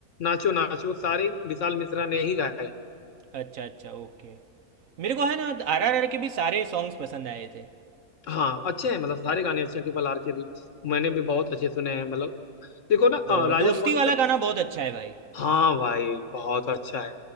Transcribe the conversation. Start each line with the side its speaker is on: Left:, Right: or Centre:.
Left: नाचो नाचो सारे विशाल मिश्रा ने ही गाए हैं
Right: अच्छा अच्छा ओके मेरे को है ना आर आर आर के भी सारे सॉन्ग्स पसंद आए थे
Left: हाँ अच्छे हैं मतलब सारे गाने अच्छे हैं ट्रिपल आर के भी मैंने भी बहुत अच्छे सुने हैं मतलब देखो ना अ,
Right: अ,
Left: राजा
Right: दोस्ती
Left: मौली
Right: वाला
Left: सर
Right: गाना बहुत अच्छा है भाई
Left: हाँ भाई बहुत अच्छा है